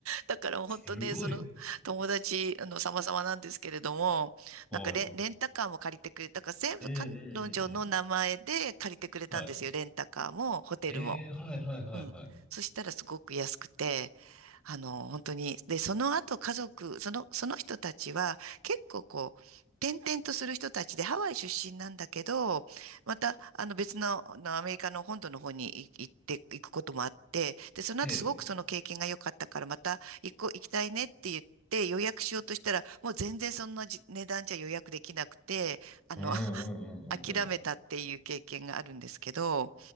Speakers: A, on the right; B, in the centre.
A: だからもう本当ね、
B: すごい。
A: その友達、あの、様々なんですけれども、
B: はい。
A: なんかレン、レンタカーも借りてくれたから、全部彼女の名前で借りてくれたんですよ。
B: うんうんうんうん。はい。
A: レンタカーもホテルも。
B: ええはいはいはいはい。
A: うん。そしたらすごく安くて、あの、本当に、で、その後家族、その、その人たちは結構こう、転々とする人たちでハワイ出身なんだけど、また、あの別の、あのアメリカの本土の方にい行って行くこともあって、で、その後すごくその経験が良かったから、
B: ええ。
A: また行こう、行きたいねって言って、予約しようとしたら、もう全然そんなじ値段じゃ予約できなくて、あの、
B: うんうんうんうん
A: <laughs> 諦めたっていう経験があるんですけど、